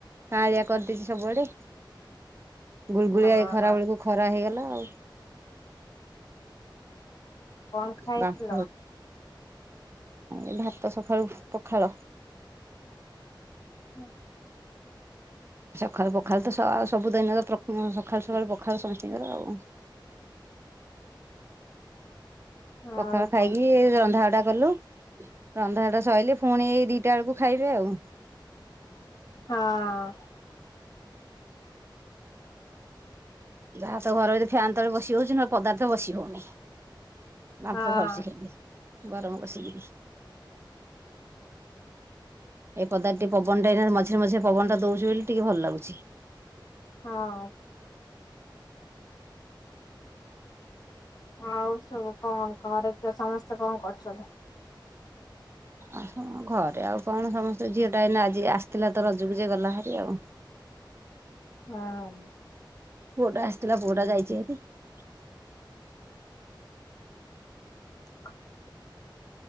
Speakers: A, on the right (about 30°); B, on the left (about 50°).
A: କାଁ ଆ କରିଦେଇଛି ସବୁଆଡେ। ଗୁଳଗୁଳିଆଇ
B: ହଁ
A: ଖରା
B: ହଁ।
A: ବେଳକୁ ଖରା ହେଇଗଲା ଆଉ। <inaudible>
B: ହ। କଣ ଖାଇଥିଲ?
A: ବାମ୍ଫ ଏ ଭାତ ସକାଳୁ ପଖାଳ।
B: ହଁ।
A: ସକାଳୁ ପଖାଳ ତ ସବୁଦିନରେ ସକାଳୁ ସକାଳୁ ପଖାଳ ସମସ୍ତଙ୍କର ଆଉ।
B: ଆଉ
A: ପଖାଳ ଖାଇକି
B: କଣ?
A: ରନ୍ଧାବଡା କଲୁ ରନ୍ଧାଡା ସରିଲେ ପୁଣି ଏ ଦିଟା ବେଳକୁ ଖାଇବେ ଆଉ।
B: ହଁ। ହଁ
A: ଯାହା ତ ଘରେ ଯଦି ଫ୍ୟାନ ତଳେ ବସି ହଉଛି ନ ପଦାର୍ଥ ବସି ହଉନି। ବାମ୍ଫ
B: ହଁ।
A: ଭାରୁଚି ଖାଲି। ଗରମ ବସିକିରୀ, ଏ ପଦାରେ ଟିକେ ପବନ ଟା ଏଇନା ମଝିରେ ମଝିରେ ପବନ ଟା ଦଉଛି ବୋଲି ଟିକେ ଭଲ ଲାଗୁଛି।
B: ହଁ। ଆଉ ସବୁ କଣ ଘରେ କି ସମସ୍ତେ କଣ କରୁଛନ୍ତି?
A: ଆ ଘରେ ଆଉ କଣ ସମସ୍ତେ ଝିଅଟା ଏଇନା ଆଜି ଆସିଥିଲା ତ ରଜକୁ ଜେ ଗଲା ଭାରି ଆଉ।
B: ହଁ।
A: ପୁଅ ଟା ଆସିଥିଲା ପୁଅ ଟା ଯାଇଛି ଭାରି।
B: <inaudible>